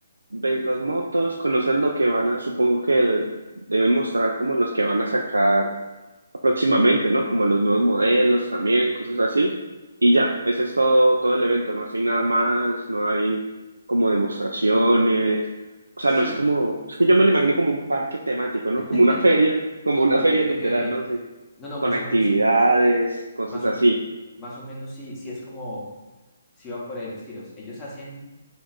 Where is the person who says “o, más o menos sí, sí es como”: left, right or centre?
Left